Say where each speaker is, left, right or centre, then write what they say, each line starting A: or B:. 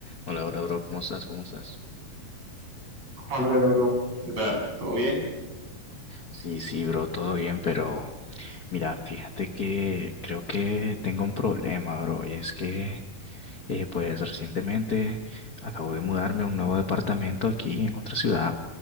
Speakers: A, on the left; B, on the right.
A: Hola, hola, bro, ¿cómo estás? ¿Cómo estás?
B: Hola, bro. ¿Qué tal? ¿Todo bien?
A: Sí, sí, bro, todo bien, pero mira, fíjate que creo que tengo un problema, bro, y es que, eh, pues, recientemente acabo de mudarme a un nuevo departamento aquí en otra ciudad,